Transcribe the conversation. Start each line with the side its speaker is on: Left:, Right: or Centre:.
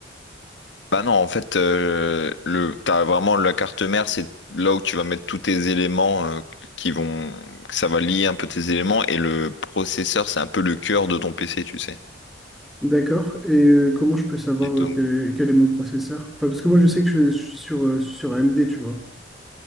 Left: Bah non, en fait, euh, le, t'as vraiment la carte mère, c'est là où tu vas mettre tous tes éléments euh, qui vont, que ça va lier un peu tes éléments et le processeur, c'est un peu le cœur de ton PC, tu sais.
Centre: D'accord. Et euh, comment je peux savoir
Left: Et donc,
Centre: euh, quel est, quel est mon processeur? Enfin, parce que moi, je sais que je, je suis sur, euh, sur AMD, tu vois.